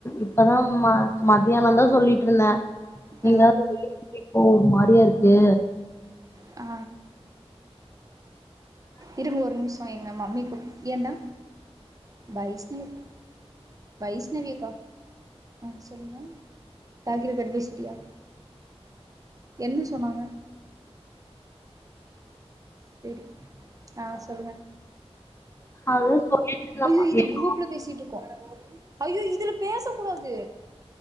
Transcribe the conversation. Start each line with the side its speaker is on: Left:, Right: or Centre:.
Left: இப்பதா ம மத்தியான தா சொல்லிட்டு இருந்த எங்காவது
Right: ஆ
Left: வெளிய போய் ஒரு மாரியா இருக்கு
Right: ஆ இருங்க ஒரு நிமிஷ எங்க மம்மி கூப் ஏண்டா வைஷ்ணவி கூப் வைஷ்ணவி அக்கா ஆ சொல்லுங்க தாக்கிரக்கிட் பேசிட்டியா என்ன சொன்னாங்க செரி ஆ சொல்லுங்க
Left: அதுதா சொல்லிட்ருந்தே
Right: ஐயோ
Left: மதியானோ
Right: இது குரூப்ல பேசிட்டு இருக் ஐயோ இதுல பேச கூடாது